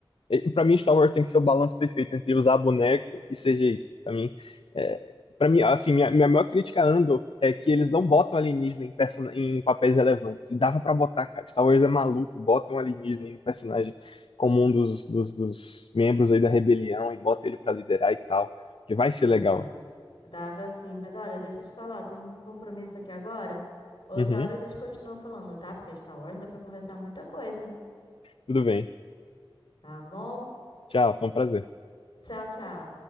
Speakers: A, on the left; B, on the left.
A: E Pra mim, Star Wars tem que ser o balanço perfeito entre usar boneco e CGI. Pra mim, é, pra mim assim, minha, minha maior crítica a Andor é que eles não botam alienígena em, person... em papéis relevantes. E dava pra botar, cara. Star Wars é maluco, botam alienígena em um personagem como um dos, dos, dos membros aí da rebelião e bota ele pra liderar e tal. Que vai ser
B: Verdade.
A: legal.
B: Dava sim, mas olha, deixa eu te falar, tem um compromisso aqui agora. Outra
A: Uhum,
B: hora a gente continua falando, tá? Porque Star Wars dá pra conversar muita coisa, hein?
A: tudo bem.
B: Tá bom?
A: Tchau, foi um prazer.
B: Tchau, tchau.